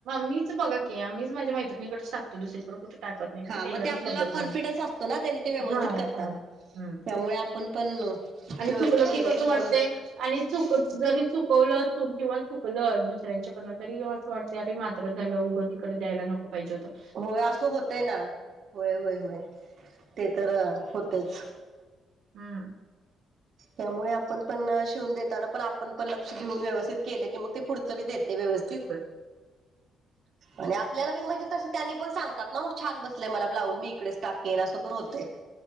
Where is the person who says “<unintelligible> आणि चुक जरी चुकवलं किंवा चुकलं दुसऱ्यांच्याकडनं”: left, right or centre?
Right